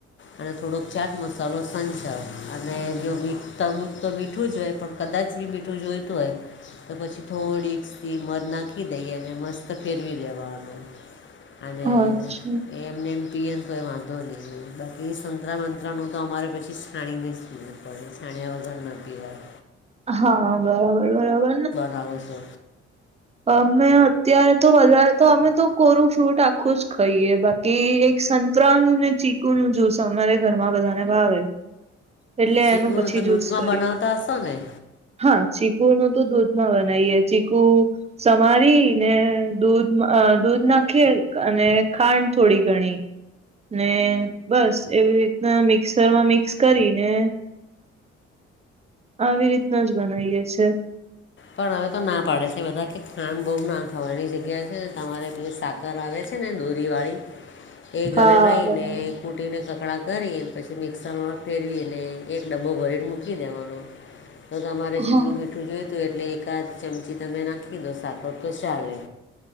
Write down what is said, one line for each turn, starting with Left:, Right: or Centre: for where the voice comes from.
Left: અને થોડોક ચાટ મસાલો, સંજાવ અને જો મીઠ તરબુજ તો મીઠું જ હોય પણ કદાચ બી મીઠું જોઈતું હોય, તો પછી થોડીક મધ નાખી દઈએ અને મસ્ત ફેરવી દેવાનુ અને
Right: અચ્છા
Left: એમને એમ પીએન તોય વાંધો નઈ બાકી એ સંતરા મંત્રાનુ તો અમારે પછી છાણીને જ પીએ ભરી છાન્યા વગર ના પીવાય.
Right: હા, બરાબર-બરાબર ને
Left: ગાવ સો
Right: અમે અત્યારે તો વધારે તો અમે તો કોરુ ફ્રૂટ આખું જ ખઈએ બા કે એક સંતરા નું ને ચીકુ નું જ્યુસ અમારે ઘરમા બધાને ભાવે. એટલે
Left: ચીકુનું
Right: એનું પછી
Left: તો
Right: જ્યુસ
Left: દૂધમાં
Right: કરીએ.
Left: બનાવતા હશો ને
Right: હા, ચીકુ નું તો દૂધમાં બનાઈએ. ચીકુ સમારી ને દૂધ અ દૂધ નાખી અને ખાંડ થોડી ઘણી. ને બસ એવી રીતના મિક્સરમાં મિક્સ કરીને આવી રીતના જ બનાઈએ છીએ.
Left: પણ હવે તો ના પાડે છે બધા કે ખાન બઉ નાખાવાની જગ્યા છે ને તમારે પલી સાક કર આવે છે ને દોરીવાળી
Right: <unintelligible>
Left: એ
Right: હા
Left: ઘરે લાઈ
Right: બરાબર
Left: ને ફૂટીને કકડાં કરીને પછી મિક્સરમા ફેરવીને એક ડબ્બો ભરીને મૂકી દેવાનો.
Right: <unintelligible>
Left: તો તમારે જેટલુ
Right: હા
Left: મીઠું જોઈતુ એટલે એકાદ ચમચી તમે નાખી દો સાકર તો ચાલે.